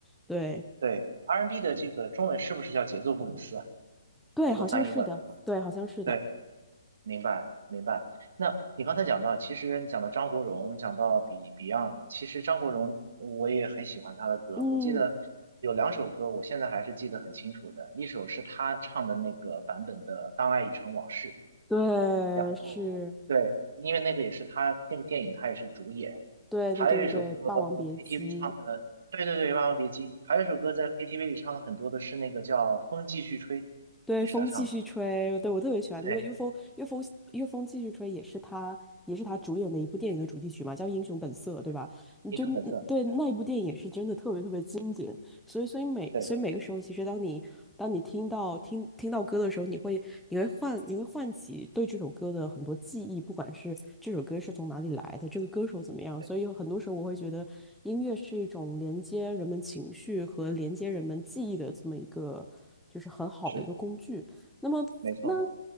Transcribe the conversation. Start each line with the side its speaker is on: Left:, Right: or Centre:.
Centre: 对
Right: 对，R&B n 的这个中文是不是叫节奏布鲁斯啊？
Centre: 对，
Right: 如果翻译过来的话，
Centre: 好像是的，对，好像是的。
Right: 对。明白，明白。那你刚才讲到，其实你讲到张国荣，讲到 Be- Beyond，其实张国荣我也很喜欢他的歌。
Centre: 嗯，
Right: 我记得有两首歌，我现在还是记得很清楚的。一首是他唱的那个版本的《当爱已成往事》，
Centre: 对，
Right: 然后对，
Centre: 是，
Right: 因为那个也是他那个电影，他也是主演。
Centre: 对对对对对，
Right: 还有一首歌
Centre: 《霸王别姬》，
Right: KTV 唱的，对对对，《万万别姬》。还有一首歌在 KTV 里唱的很多的是那个叫《风继续吹》，
Centre: 对，
Right: 也是他唱的。
Centre: 风继续吹，对，我特别喜欢，
Right: 对
Centre: 因为因为风，因为风，因为风继续吹也是他，也是他主演的一部电影的主题曲嘛，叫《英雄本色》，对吧？
Right: 对，
Centre: 你就嗯对那一部电影也是真的特别特别经典，
Right: 英雄本色。对。
Centre: 所以，所以每所以每个时候，
Right: 对。
Centre: 其实当你当你听到听听到歌的时候，你会你会唤你会唤起对这首歌的很多记忆，不管是这首歌是从哪里来的，这个歌手怎么样。
Right: 对，
Centre: 所以有很多时候，我会觉得音乐是一种连接人们情绪和连接人们记忆的这么一个，就是很好的一个工具。
Right: 是
Centre: 那么那
Right: 没错。